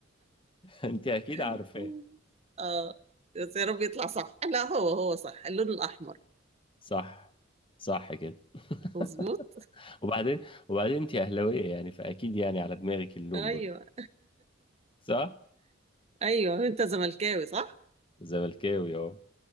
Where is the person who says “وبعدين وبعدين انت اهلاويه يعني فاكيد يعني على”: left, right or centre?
Left